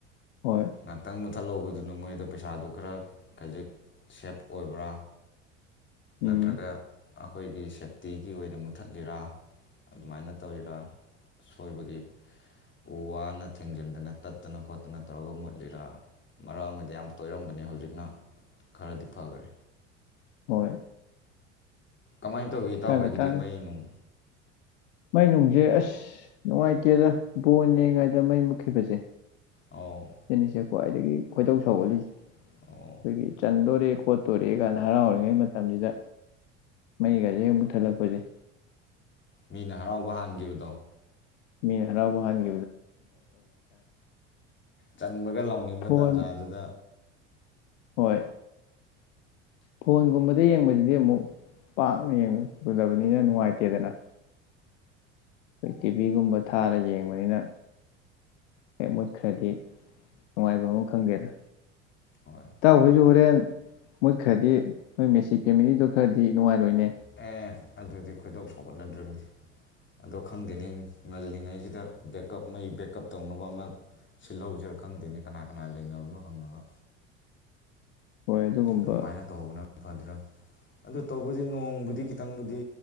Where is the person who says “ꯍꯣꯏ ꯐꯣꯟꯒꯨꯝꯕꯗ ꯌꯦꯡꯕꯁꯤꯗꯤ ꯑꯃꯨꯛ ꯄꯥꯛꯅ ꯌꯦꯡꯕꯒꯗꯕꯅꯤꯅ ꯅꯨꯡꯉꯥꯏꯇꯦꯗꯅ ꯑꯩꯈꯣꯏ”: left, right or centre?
Left